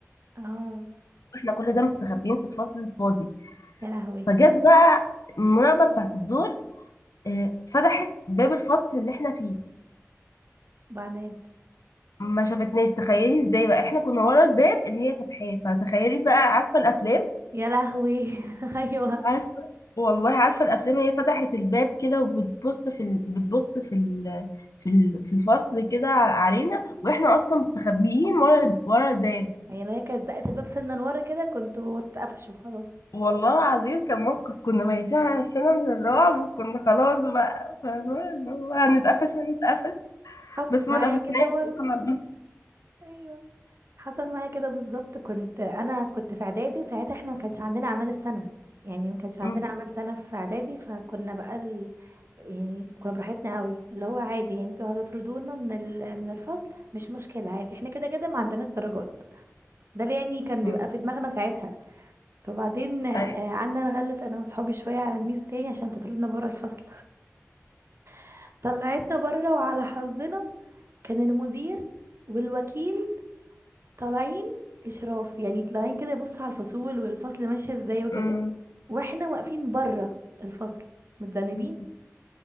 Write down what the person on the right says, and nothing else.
اه
يا لهوي
بعدين
يا لهوي <laughs> ايوه
هي لو هي كانت زقت الباب سنة لورا كده كنت وقفشوا خلاص
حصل
معايا
كده برضه
ايوه حصل معايا كده بالظبط كنت انا كنت في اعدادي وساعتها احنا ما كانش عندنا اعمال السنه يعني ما كانش عندنا
اعمال سنه في اعدادي فكنا بقى ال... يعني كنا براحتنا قوي اللي هو عادي يعني انتوا هتطردونا من ال... من الفصل مش مشكله عادي احنا كده كده ما عندناش درجات ده اللي يعني كان
بيبقى في دماغنا ساعتها فبعدين آه،
قعدنا نغلس انا وصحابي شويه على الميس تاني عشان تطردنا بره الفصل <laughs> طلعتنا بره وعلى حظنا كان المدير والوكيل طالعين اشراف يعني طالعين كده يبص على الفصول والفصل ماشي ازاي وكده
واحنا واقفين بره الفصل متذنبين